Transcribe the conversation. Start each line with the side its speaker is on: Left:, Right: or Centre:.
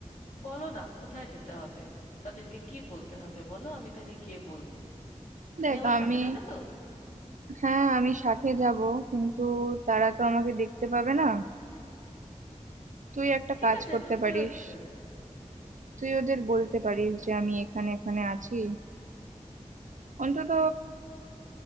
Left: বলো না কোথায় যেতে হবে তাদেরকে কি বলতে হবে বলো আমি তাহলে গিয়ে বলবো তুমি
Right: দেখ
Left: আমার
Right: আমি
Left: সাথে যাবে তো
Right: হ্যাঁ আমি সাথে যাব কিন্তু তারা তো আমাকে দেখতে পাবে না তুই একটা
Left: ঠিক
Right: কাজ
Left: আছে
Right: করতে
Left: তো কি
Right: পারিস
Left: হয়েছে
Right: তুই ওদের বলতে পারিস যে আমি এখানে এখানে আছি অন্তত